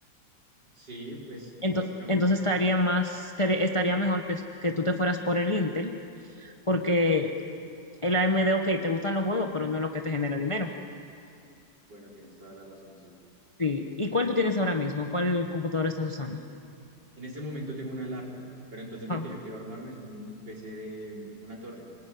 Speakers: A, on the right (about 60°); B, on the left (about 20°).
A: Sí, pues
B: Ento-
A: básicamente,
B: entonces estaría más, estaría estaría mejor que, que tú te fueras por el Intel, porque el AMD, ok, te gustan los juegos, pero no es lo que te genera dinero.
A: bueno, tienes toda la razón, sí.
B: Sí. ¿Y cuál tú tienes ahora mismo? ¿Cuál computadora estás usando?
A: En este momento tengo una laptop, pero entonces
B: Ah,
A: lo que yo quiero armarme es un, un PC de mm, una torre.